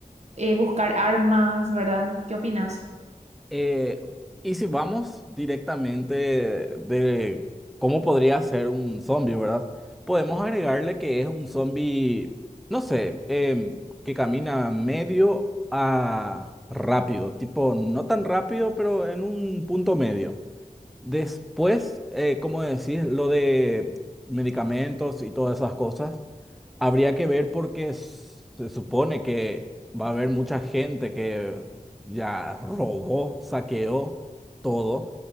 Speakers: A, on the right; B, in the centre.
A: eh, buscar armas, ¿verdad? ¿Qué opinas?
B: Eh, y si vamos directamente de cómo podría ser un zombie, ¿verdad? Podemos agregarle que es un zombie, no sé, em, que camina medio a rápido, tipo no tan rápido, pero en un punto medio. Después, eh, como decís, lo de medicamentos y todas esas cosas. Habría que ver porque s- se supone que va a haber mucha gente que ya robó, saqueó todo.